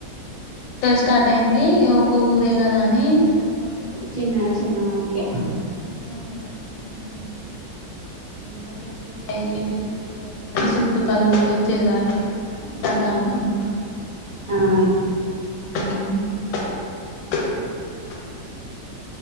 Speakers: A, on the left; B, on the right.
A: స్టార్ట్ అయింది ఒక ఊరే కదా అని ఓన్లీ
B: చిన్నగా చిన్నగా ఓకే
A: ఆమ <unintelligible> ఉ అదే సిటీ అయి ఏ పెద్ద పెద్ద ఊళ్ళ అంటే చుట్టూ పది ఊర్లు వచ్చే వాటికైతే ఆ అన్ని రకాలుగా అమ్ముతా
B: ఆ
A: హు